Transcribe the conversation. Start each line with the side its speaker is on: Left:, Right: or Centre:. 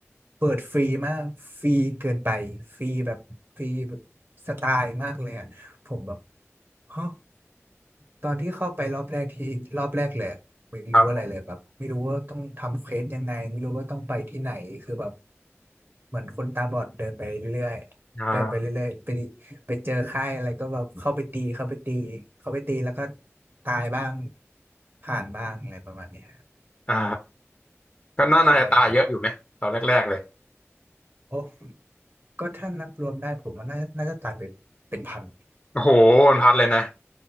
Right: เปิดฟรีมากฟรีเกินไปฟรีแบบฟรีแบบสไตล์มากเลยอะผมแบบ <gasps> ฮะตอนที่เข้าไปรอบแรกที่รอบแรกเลยอะไม่รู้อะไรเลยแบบไม่รู้ว่าต้องทำเควสยังไงไม่รู้ว่าต้องไปที่ไหนคือแบบ
Left: ครับ
Right: เหมือนคนตาบอดเดินไปเรื่อยๆเดินไปเรื่อยๆไป
Left: อ่า
Right: ไปเจอค่ายอะไรก็แบบเข้าไปตีเข้าไปตีเข้าไปตีแล้วก็ตายบ้างผ่านบ้างอะไรประมาณเนี้ย
Left: <laughs> อ่าก็น่าน่าจะตายเยอะอยู่ไหมตอนแรกๆเลย
Right: ใช่ครับโอ้ ก็ถ้านับรวมได้ผมว่าน่าน่าจะตายเป็นเป็นพัน
Left: โอ้โหมันพัดเลยนะ